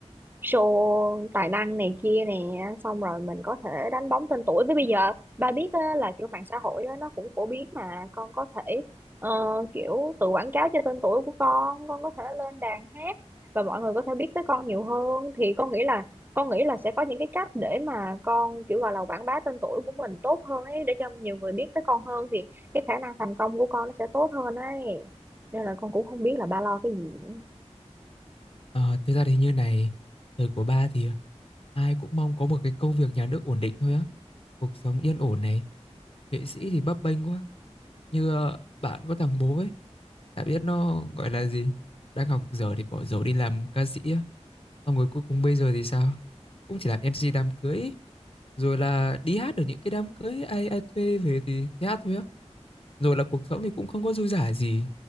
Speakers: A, on the right; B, on the left.
A: show tài năng này kia nè xong rồi mình có thể đánh bóng tên tuổi với bây giờ ba biết á, là kiểu mạng xã hội á, nó cũng phổ biến mà con có thể Ờ, kiểu tự quảng cáo cho tên tuổi của con con có thể lên đàn hát và mọi người có thể biết tới con nhiều hơn thì con nghĩ là con nghĩ là sẽ có những cái cách để mà con kiểu gọi là quảng bá tên tuổi của mình tốt hơn ấy để cho nhiều người biết tới con hơn thì cái khả năng thành công của con nó sẽ tốt hơn ấy nên là con cũng không biết là ba lo cái gì nữa.
B: Ờ, thực ra thì như này, thời của ba thì ờ, ai cũng mong có một cái công việc nhà nước ổn định thôi á, cuộc sống yên ổn này, nghệ sĩ thì bấp bênh quá, như ờ, bạn có thằng bố ấy, đã biết nó gọi là gì, đang học dở thì bỏ dở đi làm ca sĩ á, xong rồi cuối cùng bây giờ thì sao, cũng chỉ làm MC đám cưới, rồi là đi hát ở những cái đám cưới ai ai thuê về thì, thì hát thôi á, rồi là cuộc sống thì cũng không có dư dả gì.